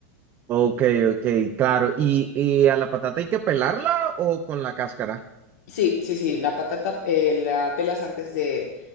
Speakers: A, on the right (about 25°); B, on the left (about 70°).
A: Ok, ok, claro. ¿Y, y a la patata hay que pelarla o con la cáscara?
B: Sí, sí, sí, la patata eh, la pelas antes de,